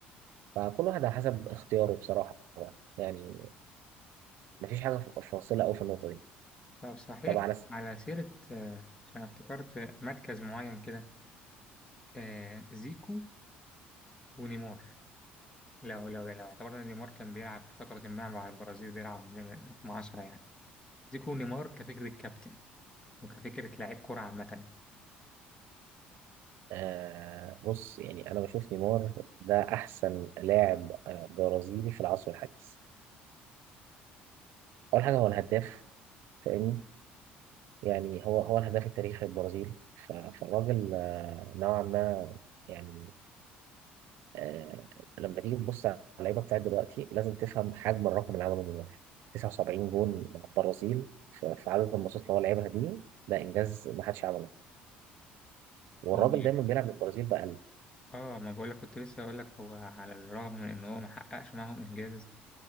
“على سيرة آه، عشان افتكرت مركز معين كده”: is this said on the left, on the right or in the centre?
Left